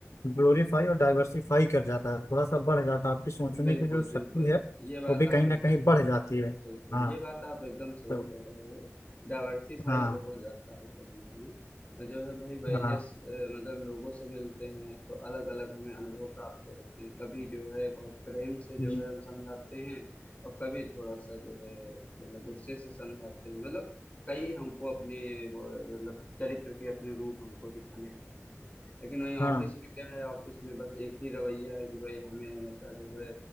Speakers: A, on the left; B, on the left.
A: ग्लोरीफाई और डाइवर्सिफाई कर जाता है थोड़ा सा बढ़ जाता है आपकी सोचने
B: है बिल्कुल
A: की जो
B: बिल्कुल
A: शक्ति है
B: ये बात
A: वो भी
B: आप
A: कहीं
B: एकदम
A: ना कहीं बढ़ जाती है
B: बिल्कुल
A: हाँ
B: ये बात आप एकदम सही
A: तो
B: कह रहे हो डाइवर्सिफाई
A: हाँ
B: तो हो जाता है कहीं कहीं और जो है भाई वेरियस
A: हाँ
B: मतलब लोगों से मिलते हैं तो अलग अलग हमें अनुभव प्राप्त होते हैं कभी जो है बहुत प्रेम से
A: हम्म,
B: जो है हम समझाते हैं और कभी थोड़ा सा जो है मतलब गुस्से से समझाते हैं मतलब कई हमको अपने वो, मतलब चरित्र के अपने रूप हमको दिखाने पड़ते हैं लेकिन वहीं
A: हाँ
B: ऑफिस में क्या है ऑफिस में बस एक ही रवैया है कि भाई हमें हमेशा जो है